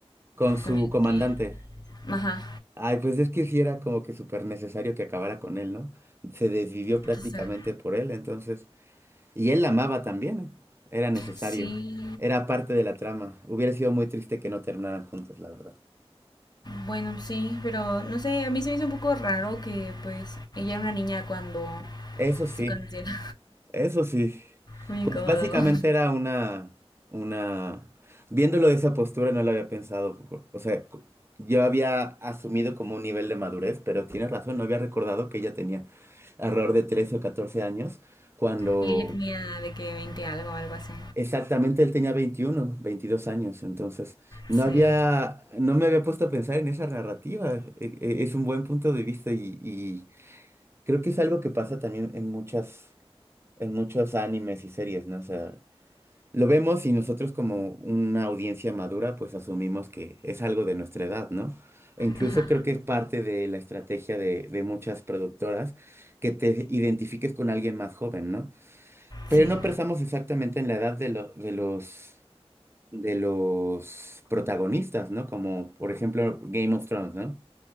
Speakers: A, on the right (about 25°); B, on the left (about 40°).
A: Con su
B: con el
A: comandante.
B: que... Ajá.
A: Ay, pues es que sí era como que súper necesario que acabara con él, ¿no? Se desvivió prácticamente
B: Quizá.
A: por él, entonces. Y él la amaba también, ¿eh? Era necesario.
B: Sí,
A: Era parte de la trama. Hubiera sido muy triste que no terminaran juntos, la verdad.
B: bueno, sí, pero no sé, a mí se me hizo un poco raro que pues ella era una niña cuando
A: Eso sí,
B: se conocieron.
A: eso sí.
B: <laughs> Muy
A: Pues
B: incómodo.
A: básicamente era una, una... Viéndolo de esa postura no lo había pensado. O sea, cu- yo había asumido como un nivel de madurez, pero tienes razón, no había recordado que ella tenía alrededor de 13 o 14 años cuando
B: Y ella tenía de que 20 algo, algo así.
A: Exactamente, él tenía 21, 22 años, entonces no
B: Sí,
A: había, no me había puesto a pensar en esa narrativa. E- e- Es un buen punto de vista y, y creo que es algo que pasa también en muchas, en muchos animes y series, ¿no? O sea, lo vemos y nosotros como una audiencia madura, pues asumimos que es algo de nuestra edad, ¿no? E Incluso
B: ajá,
A: creo que es parte de la estrategia de, de muchas productoras que te identifiques con alguien más joven, ¿no? Pero
B: sí.
A: no pensamos exactamente en la edad de, lo- de los de los protagonistas, ¿no? Como por ejemplo Game of Thrones, ¿no?